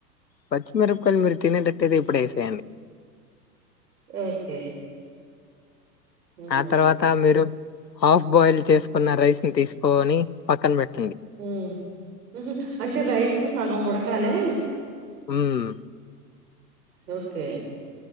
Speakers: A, on the left; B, on the right.
A: పచ్చిమిరపకాయలు మీరు తినేటట్టయితే ఇప్పుడే వేసేయండి
B: ఓకే ఉమ్
A: ఆ తర్వాత మీరు హాఫ్ బాయిల్ చేసుకున్న రైస్ తీసుకోని పక్కన పెట్ట్
B: హ్మ్ ఊహూ అంటే రైస్ సగం ఉడ కాలి
A: హ్మ్
B: ఓకే